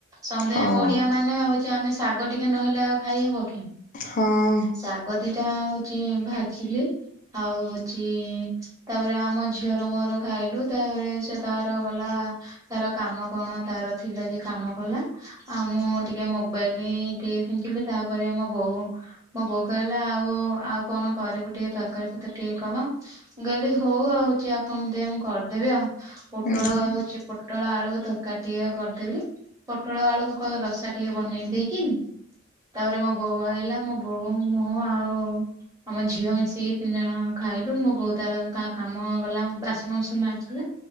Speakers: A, on the right (about 15°); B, on the left (about 40°).
A: ସନ୍ଧେ
B: ହଁ
A: ଓଡିଆ ମାନେ ହୋଉଛି ଆମେ ଶାଗ ଟିକେ ନହେଲେ ଆଉ ଖାଇହବ କି।
B: ହଁ।
A: ଶାଗ ଦିଟା ହୋଉଛି ଭାଜିଲି। ଆଉ ହୋଉଛି ତାପରେ ଆମ ଝିଅର ମୋର ଖାଇଲୁ ତାପରେ ସେ ତାର ଗଲା ତାର କାମ କଣ ତାର ଥିଲା ଯେ କାମ କଲା। ଆଉ ମୁଁ ଟିକେ ମୋବ ବାଇଲ ଟିକେ ଖେଞ୍ଚିଲି ତା ପରେ ମୋ ବୋଉ ମୋ ବୋଉ କହିଲା ଆଉ ଉ ଆଉ କଣ କରିବୁ ଟିକେ ତରକାରୀ ପତ୍ର ଟିକେ କହ। ମୁଁ କହିଲି ହୋଉ ଆଉ ଚା କଣ ଦେ ମୁଁ କରିଦେବି ଆଉ। ପୋଟଳ
B: ହୁଁ
A: ହୋଉଛି ପୋଟଳ ଆଳୁ ତରକାରି ଟିକେ କରିଦେଲି ପୋଟଳ ଆଳୁ କ ରସା ଟିକେ ବନେଇ ଦେଇକି ତାପରେ ମୋ ବୋଉ ଆଇଲା ମୋ ବୋଉ ମୁଁ ଆଉ ଆମ ଝିଅ ମିଶିକି ତିନି ଜଣ ଆମେ ଖାଇଲୁ ମୋ ବୋଉ ତାର କାମ ଗଲା ବାସନବୁସିନି ମାଜିଲା